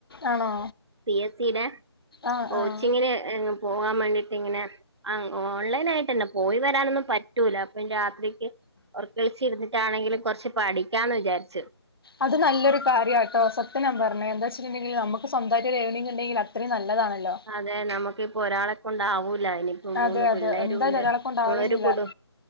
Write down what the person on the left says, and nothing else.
ആണോ
ആഹ്
ആഹ്
അത് നല്ലൊര് കാര്യാട്ടോ സത്യ ഞാൻ പറഞ്ഞെ എാന്താ ച്ചിട്ടുണ്ടെങ്കിൽ നമുക്ക് സ്വന്തമായിട്ടോരു ഏർണിങ് ഉണ്ടെങ്കില് അത് അത്രേം നല്ലതാണല്ലോ
അതെ
അതെ
എന്തായാലും ഒരാളെ
കൊണ്ടാവുന്നില്ല